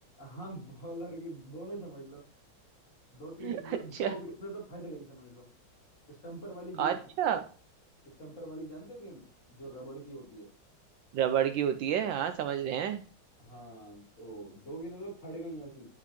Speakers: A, on the left; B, on the right.
A: हाँ बॉलर की दोनों समझ लो दो तीन
B: <laughs>
A: मतलब
B: अच्छा
A: दो गेंद तो फट गई समझ लो स्टम्पर वाली गेंद
B: अच्छा
A: थी स्टम्पर वाली जानते हो गेंद जो रबड़ की होती है
B: रबड़ की होती है हाँ समझ रहे हैं
A: हाँ तो दो गेंद तो फट गई ऐसी